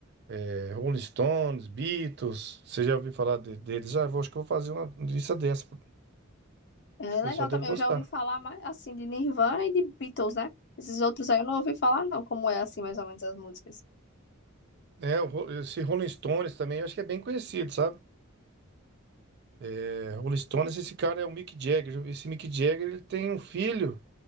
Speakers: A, on the right; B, on the left.
A: é, Rolling Stones, Beatles. Você já ouviu falar de- deles? Ah, eu vou- acho que eu vou fazer uma lista dessa. Acho
B: É
A: que o pessoal
B: legal
A: deve
B: também,
A: gostar.
B: eu já ouvi falar mais assim de Nirvana e de Beatles, né? Esses outros aí eu não ouvi falar, não, como é assim mais ou menos as músicas.
A: É, o Ro- esse Rolling Stones também, eu acho que é bem conhecido, sabe? É, Rolling Stones, esse cara é o Mick Jagger. Esse Mick Jagger, ele tem um filho